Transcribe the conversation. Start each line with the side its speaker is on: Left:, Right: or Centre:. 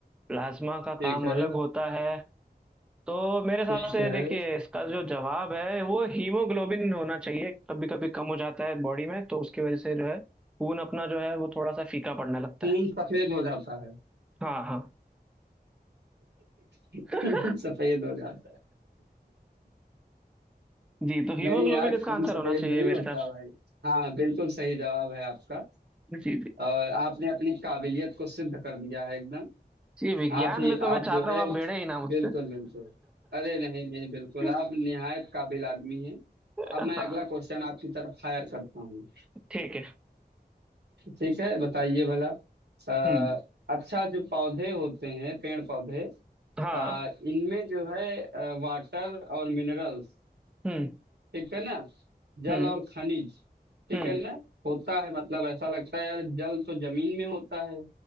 Centre: प्लाज्मा का
Right: ठीक
Centre: काम
Right: है
Centre: अलग होता है तो मेरे हिसाब
Right: ठीक
Centre: से
Right: है
Centre: देखिए इसका जो जवाब है वो हीमोग्लोबिन होना चाहिए कभी कभी कम हो जाता है बॉडी में तो उसकी वजह से जो है खून अपना जो है वो थोड़ा सा फीका पड़ने लगता
Right: खून
Centre: है
Right: सफेद हो जाता है
Centre: हाँ हाँ
Right: <laughs>
Centre: <laughs>
Right: खून सफेद हो जाता है
Centre: जी तो हीमोग्लोबिन
Right: नहीं यार
Centre: इसका
Right: खून
Centre: आंसर
Right: सफेद
Centre: होना चाहिए
Right: नहीं
Centre: मेरे
Right: होता
Centre: हिसाब से
Right: भाई हाँ बिल्कुल सही जवाब है आपका
Centre: जी
Right: और आपने अपनी काबिलियत को सिद्ध कर दिया है एकदम
Centre: जी विज्ञान
Right: आप ही
Centre: में तो मैं
Right: आप
Centre: चाहता
Right: जो
Centre: हूँ
Right: है
Centre: आप भिड़े ही ना मुझसे
Right: बिल्कुल बिल्कुल अरे नहीं नहीं बिल्कुल
Centre: <laughs>
Right: आप निहायत काबिल आदमी हैं
Centre: हाँ
Right: अब मैं अगला क्वेश्चन आपकी तरफ फायर करता हूँ
Centre: ठीक है
Right: ठीक है बताइए भला आ,
Centre: हम्म
Right: अच्छा जो पौधे होते हैं पेड़ पौधे
Centre: हाँ
Right: आ, इनमें जो है वाटर और मिनरल्स
Centre: हम्म
Right: ठीक है ना जल
Centre: हम्म
Right: और खनिज ठीक
Centre: हम्म
Right: है ना होता है मतलब ऐसा लगता है यार जल तो जमीन में होता है